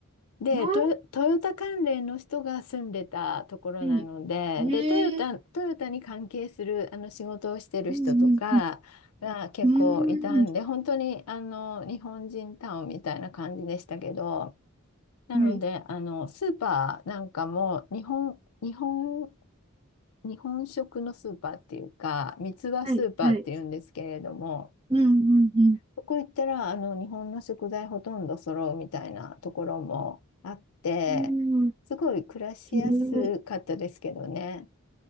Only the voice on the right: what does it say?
な
うええ
うんうんうん。うー
ん。はい。
はい。はい。うんうん
うん。うん。
へえ。